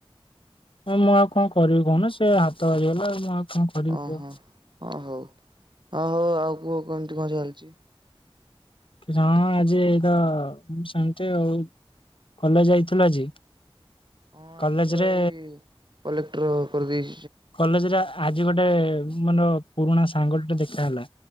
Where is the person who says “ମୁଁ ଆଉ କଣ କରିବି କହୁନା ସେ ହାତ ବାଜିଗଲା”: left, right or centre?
Left